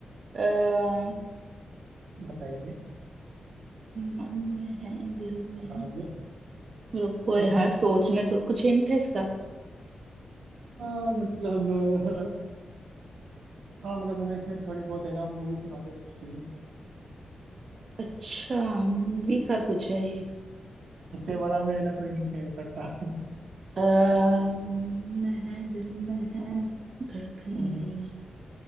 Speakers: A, on the right; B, on the right.
A: आ,
B: <laughs> बताइए
A: मन में है दिल में
B: बताइए
A: है रुको यार
B: हम्म,
A: सोचने तो कुछ हिंट है इसका
B: हाँ मतलब <laughs> हाँ मतलब तुम्हें इसमें थोड़ी बहुत है ना मूवी की नॉलेज होनी चाहिए
A: अच्छा मूवी का कुछ है ये
B: इससे बड़ा मैं है ना कोई hint नहीं हो सकता <laughs>
A: अ, मन में है दिल में है धड़कन
B: हम्म,
A: में नहीं है